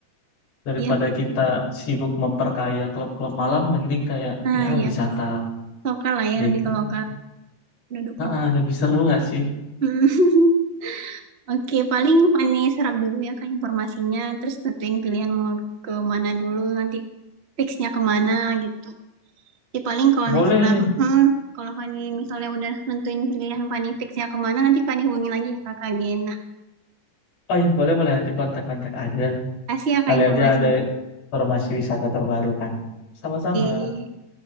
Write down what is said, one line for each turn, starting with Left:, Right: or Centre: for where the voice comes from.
Left: Daripada
Right: Iya.
Left: kita sibuk memperkaya klub-klub malam, mending kayak
Right: Nah
Left: ya
Right: ya,
Left: wisata
Right: lokal lah ya,
Left: desa
Right: lebih ke
Left: sih.
Right: lokal. Duduk
Left: Ah,
Right: lokal.
Left: ah, lebih seru gak sih?
Right: Mhm. <laughs> Oke, paling Fani serap dulu ya kan informasinya. Terus tentuin pilihan mau ke mana dulu nanti fixnya kemana gitu. Jadi paling kalau
Left: Boleh.
Right: misalnya, hmm, kalau Fani misalnya udah nentuin pilihan Fani fix ya kemana, nanti Fani hubungi lagi ya kakak Gena.
Left: Oh iya, boleh boleh nanti kontak-kontak aja.
Right: Kasih ya
Left: Kali
Right: kak informasinya.
Left: aja ada informasi wisata terbaru kan. Sama-sama.
Right: Oke.